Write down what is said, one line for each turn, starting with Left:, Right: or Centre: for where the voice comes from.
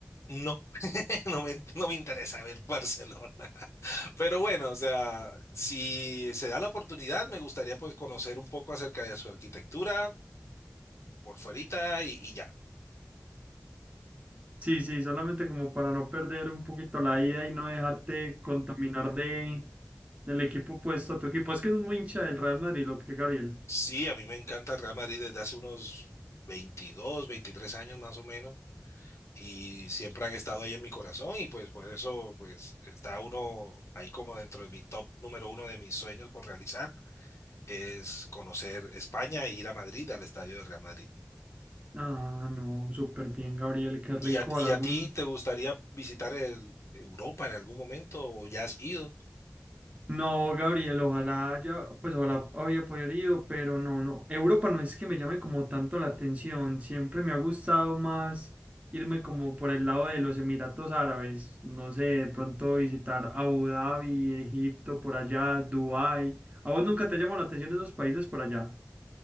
Left: No, <laughs> no me, no me interesa ver Barcelona. Pero bueno, o sea, si se da la oportunidad, me gustaría pues conocer un poco acerca de su arquitectura por fuerita y, y ya.
Right: Sí, sí, solamente como para no perder un poquito la ida y no dejarte contaminar de, del equipo opuesto a tu equipo. Es que es muy hincha del Real Madrid, lo que Gabriel.
Left: Sí, a mí me encanta el Real Madrid desde hace unos 22, 23 años más o menos y siempre han estado ahí en mi corazón y pues por eso pues está uno ahí como dentro de mi top número uno de mis sueños por realizar es conocer España e ir a Madrid, al estadio del Real Madrid.
Right: Ah, no, súper bien, Gabriel, qué rico.
Left: ¿Y a,
Right: Ojalá
Left: y a
Right: algún
Left: ti te gustaría visitar el, Europa en algún momento o ya has ido?
Right: No, Gabriel, ojalá haya, pues ojalá había podido, pero no, no. Europa no es que me llame como tanto la atención. Siempre me ha gustado más irme como por el lado de los Emiratos Árabes. No sé, de pronto visitar Abu Dhabi, Egipto, por allá, Dubái. ¿A vos nunca te llamó la atención esos países por allá?